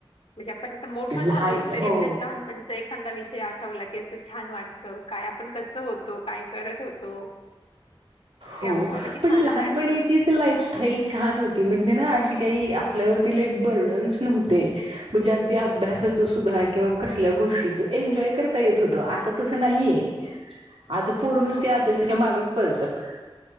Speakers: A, on the left; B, on the right.
A: म्हणजे आपण आता मोठं
B: लहान
A: झालोय तरी
B: हो
A: आपल्या लहानपणचं एक खांदा विषय आठवला की असं छान वाटतं काय आपण कसं होतो, काय करत होतो.
B: हो
A: ते आठवलं की
B: पण
A: छानच
B: लहानपणीचीच
A: वाटतंस
B: लाईफस्टाईल छान होती म्हणजे ना अशी काही आपल्यावर लई बर्डन्स नव्हते म्हणजे अगदी अभ्यासाचं सुद्धा किंवा कसल्या गोष्टीच एन्जॉय करता येत होत आता तस नाहीये. आता पोर नुसती
A: हो
B: अभ्यासाच्या मागच पळतात.